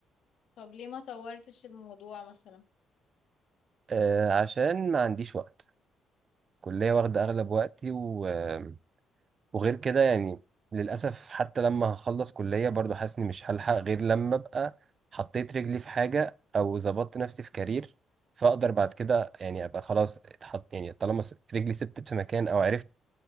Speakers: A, on the left (about 70°); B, on the right (about 45°).
A: طب ليه ما طورتش الموضوع مثلا؟
B: أه عشان ما عنديش وقت كليه واخده اغلب وقتي و... آه، وغير كده يعني للاسف حتى لما هخلص كليه برضو حاسس اني مش هلحق غير لما ابقى حطيت رجلي في حاجه او ظبطت نفسي في كارير فاقدر بعد كده يعني ابقى خلاص اتحط يعني طالما س- رجلي ثبتت في مكان او عرفت